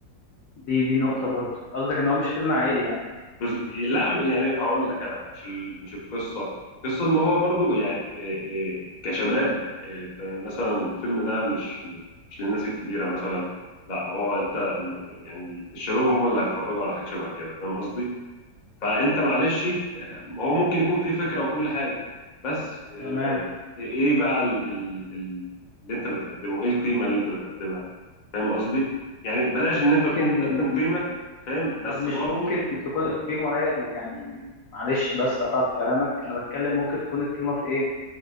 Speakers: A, on the left (about 60°); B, on the left (about 45°).
A: دي دي نقطه برضه قصدك ان هو مش فيلم عائلي يعني
B: بز... لا يعني هقول لك انا مش ال... مش القصه القصه ان هو برضو يعني إيه- إيه، كشباب إيه، أنت مثلا الفيلم ده مش مش للناس الكبيره مثلا لا هو انت م- يعني الشباب هم اللي هيتفرجوا على حاجه شبه كده فاهم قصدي فانت معلش آه، هو ممكن يكون في فكره وكل حاجه بس
A: تمام
B: آه، ايه إيه بقى ال... ال... ال- اللي انت بتقدمه ايه القيمه اللي انت بتقدمها فاهم قصدي يعني بلاش ان
A: ممكن
B: انت تكون بتقدم قيمه فاهم بس
A: طب مش
B: برضو
A: ممكن تكون القيمة هي اللي يعني معلش بس قطعت كلامك أنا بتكلم ممكن تكون القيمة في إيه